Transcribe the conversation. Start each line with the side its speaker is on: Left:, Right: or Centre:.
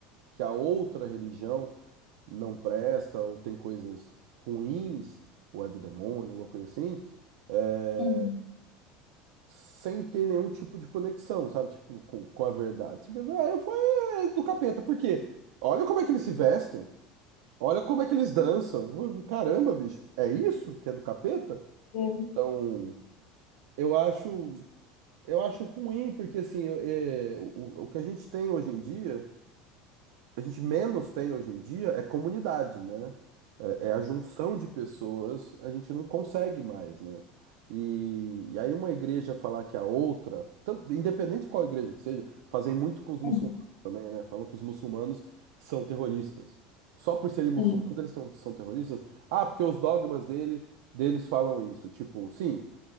Right: que a outra religião. não presta, ou tem coisas ruins, ou é do demônio, alguma coisa assim, é,
Left: uhum,
Right: sem ter nenhum tipo de conexão, sabe? Tipo, com, com a verdade. Simplesmente, ah, eu fui eh, do capeta, por quê? Olha como é que eles se vestem, olha como é que eles dançam. Caramba, bicho, é isso que é do capeta?
Left: eu-
Right: Então, eu acho, eu acho ruim, porque assim, eu- é, o, o que a gente tem hoje em dia. a gente menos tem hoje em dia é comunidade, né? É, é a junção de pessoas, a gente não consegue mais, né? E, e aí uma igreja falar que a outra, tanto- independente de qual igreja que seja, fazem muito com os muçulmanos
Left: uhum,
Right: também, né? Falam que os muçulmanos são terroristas. Só por serem muçulmanos
Left: uhum,
Right: eles são, são terroristas? Ah, porque os dogmas dele, deles falam isso. Tipo, sim,